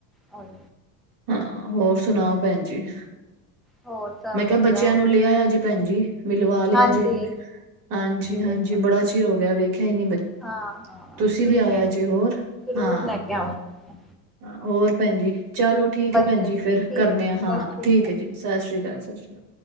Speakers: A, in the centre; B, on the right.
A: ਹੋਰ।
B: ਹਾਂ ਹੋਰ ਸੁਣਾਓ ਭੈਣ ਜੀ?
A: ਹੋਰ ਸਭ
B: ਮੈਂ ਕਿਹਾ
A: ਵਧੀਆ
B: ਬੱਚਿਆਂ
A: ਹੋਰ
B: ਨੂੰ ਲਿਆਇਆ
A: ਜੀ
B: ਜੇ ਭੈਣ ਜੀ ਮਿਲਵਾ ਲਿਆ
A: ਹਾਂਜੀ
B: ਜੇ ਹਾਂਜੀ ਹਾਂਜੀ
A: ਲੈ ਆਵਾਂਗੇ।
B: ਬੜਾ। ਚਿਰ ਹੋ ਗਿਆ ਵੇਖਿਆ ਨਈ ਬ
A: ਹਾਂ ਹਾਂ
B: ਤੁਸੀਂ
A: ਠੀਕ
B: ਵੀ ਆਇਆ
A: ਹੈ ਜੀ
B: ਜੇ ਹੋਰ
A: ਜ਼ਰੂਰ
B: ਹਾਂ।
A: ਲੈ ਕੇ ਆਵਾਂਗੇ
B: ਹਾਂ ਹੋਰ ਭੈਣ ਜੀ ਚਲੋ ਠੀਕ
A: ਵਧੀਆ
B: ਹੈ ਭੈਣ ਜੀ
A: ਠੀਕ
B: ਫੇਰ ਕਰਨੇ
A: ਜੀ
B: ਆ
A: ਸਤਿ
B: ਹਾਂ
A: ਸ਼੍ਰੀ
B: ਠੀਕ
A: ਅਕਾਲ
B: ਹੈ ਜੀ। ਸਤਿ ਸ੍ਰੀ ਅਕਾਲ, ਸਤਿ ਸ੍ਰੀ ਅਕਾਲ